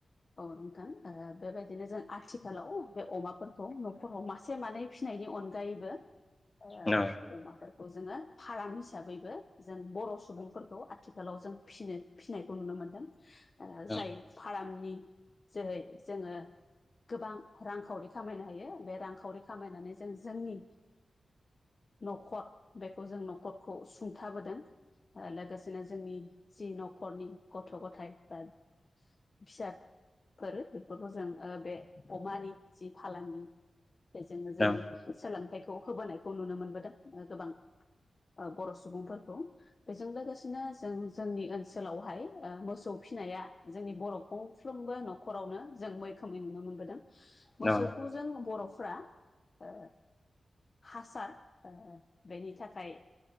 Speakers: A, on the left; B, on the left.
A: औ नोंथां ओ बेबायदिनो जों आथिखालाव बे अमाफोरखौ न'खराव मासे मानै फिनायनि अनगायैबो ओ
B: औ
A: बे अमाफोर खौ जोंङो फारामड हिसाबैबो जों बर' सुबुंफोरखौ आथिखालाव जों फिनो फिसिनायखौ नुनो मोन मोनदों
B: औ
A: जाय फारामनि जोहै जोंङो गोबां रांखावरि खामायनो हायो बे रांखावरि खामायनानै जों जोंनि न'खर बेखौ जों न'खरखौ सुंथाबोदों। ओ लोगोसेनो जोंनि जि न'खरनि गथ' गथाय बा फिसाद फोर बेफोरखौ जों ओ बे अमानि जि फालांगि बेजोंनो जों
B: औ
A: सोलोंथाइखौ होबोनायखौ नुनो मोनबोदों गोबां। ओ बर' सुबुंफोरखौ बेजों लोगोसेनो जों जोंनि ओनसोलावहाय ओ मोसौ फि नाया जोंनि बर' गंफ्रोमबो न'खरावनो जों मैखोमै नुनो मोनबोदों।
B: औ
A: मोसौखौ जों बर'फ्रा ओ हासार ओ बेनि थाखाय